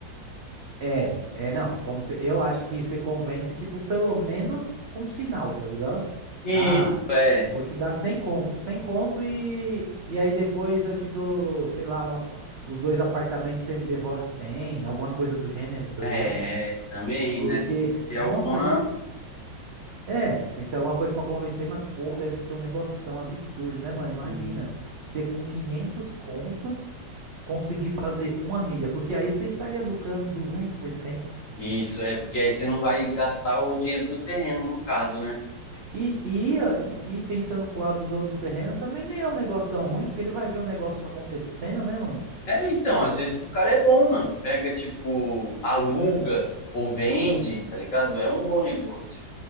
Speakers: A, on the right; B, on the left.
A: É, é, não, como se, eu acho que você convence, tipo, pelo menos com um sinal, tá ligado?
B: E
A: Ah,
B: é,
A: vou te dar 100 conto, 100 conto e, e aí depois eu te dou, sei lá, uma, os dois apartamentos você me devolve os 100, alguma coisa do gênero, tá
B: é
A: ligado?
B: também,
A: Porque,
B: né? Tem que ter
A: nossa,
B: alguma.
A: já, é, tem que ter alguma coisa pra convencer, mas, pô, deve ser um negoção absurdo, né, mano?
B: assim,
A: Imagina, você com 500 conto conseguir fazer uma milha, porque aí você estaria lucrando 200%.
B: Isso, é porque aí você não vai gastar o dinheiro do terreno, no caso, né?
A: E, e, ah, e pensando pro lado do dono do terreno, também nem é um negócio tão ruim, porque ele vai ver o negócio acontecendo, né, mano?
B: É, então, às vezes pro cara é bom, mano. Pega, tipo, aluga ou vende, tá ligado? É um bom negócio.